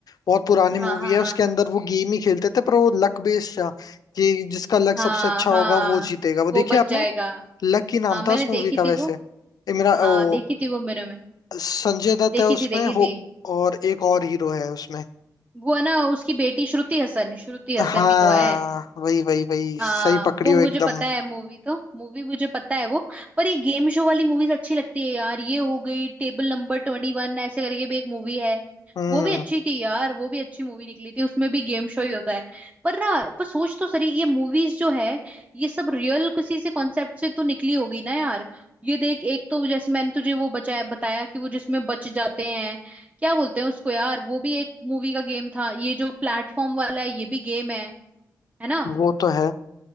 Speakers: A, on the left (about 65°); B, on the right (about 20°).
A: बहुत पुरानी
B: हाँ
A: मूवी
B: हाँ
A: है
B: हाँ
A: उसके अंदर वो गेम ही खेलते थे पर वो लक बेस्ड था कि जिसका लक सबसे
B: हाँ
A: अच्छा
B: हाँ
A: होगा वो जीतेगा वो देखी
B: वो बच
A: आपने
B: जाएगा
A: लक ही नाम
B: हाँ मैंने
A: था उस
B: देखी
A: मूवी का वैसे
B: थी वो
A: इमरा
B: हाँ
A: ओ
B: देखी थी वो मैंने में
A: संजय दत्त
B: देखी
A: है उसमें
B: थी देखी
A: हो
B: थी
A: और एक और हीरो है उसमें
B: वो है ना उसकी बेटी श्रुति हसन श्रुति हसन
A: हाँ
B: भी तो है
A: वही वही वही
B: हाँ
A: सही पकड़ी
B: वो
A: हो
B: मुझे
A: एकदम
B: पता है मूवी तो मूवी मुझे पता है वो पर ये गेम शो वाली मूवीज अच्छी लगती है यार ये हो गई टेबल नंबर ट्वेंटी वन ऐसे करके भी एक मूवी है
A: हम्म
B: वो भी अच्छी थी यार वो भी अच्छी मूवी निकली थी उसमें भी गेम शो ही होता है पर ना पर सोच तो सही ये मूवीज जो है ये सब रियल किसी से कॉन्सेप्ट से तो निकली होगी ना यार ये देख एक तो जैसे मैंने तुझे वो बचाया बताया कि वो जिसमें बच जाते हैं क्या बोलते हैं उसको यार वो भी एक मूवी का गेम था ये जो प्लेटफॉर्म वाला है ये भी गेम है है ना
A: वो तो है